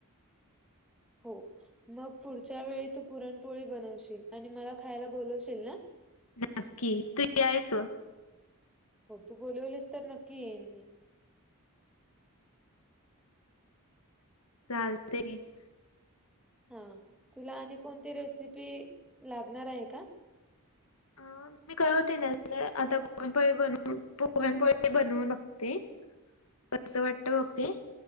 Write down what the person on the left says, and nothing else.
नक्की. तू यायचं.
<inaudible> चालतंय <inaudible>
अ मी कळवते नंतर. आता पुरणपोळी बनवून पुरणपोळी बनवू- ते <inaudible> कसं वाटत बघते.